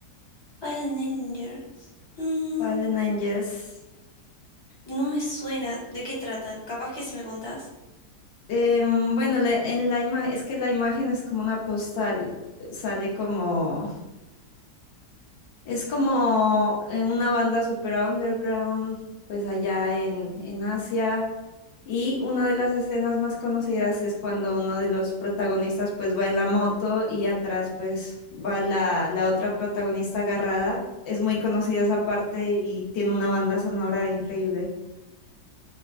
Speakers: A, on the left (about 25°); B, on the left (about 75°).
A: Fallen Angels. Mm,
B: Fallen Angels.
A: no me suena. ¿De qué trata? Capaz que si me contás.
B: Em, bueno, le- en la ima- es que la imagen es como una postal, sale como, es como eh, una banda super underground, pues allá en, en Asia. Y una de las escenas más conocidas es cuando uno de los protagonistas pues va en la moto y atrás pues va la, la otra protagonista agarrada. Es muy conocida esa parte y tiene una banda sonora increíble.